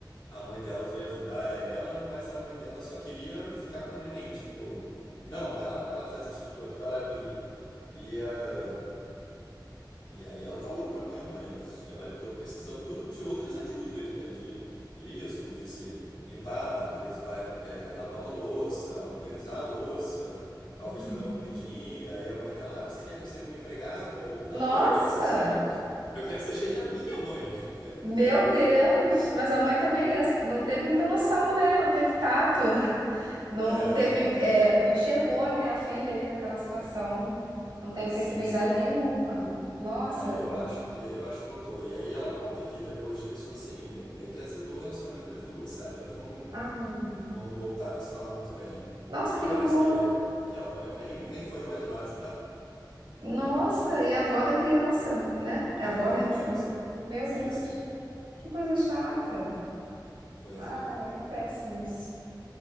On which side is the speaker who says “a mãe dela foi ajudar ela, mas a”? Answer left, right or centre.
Left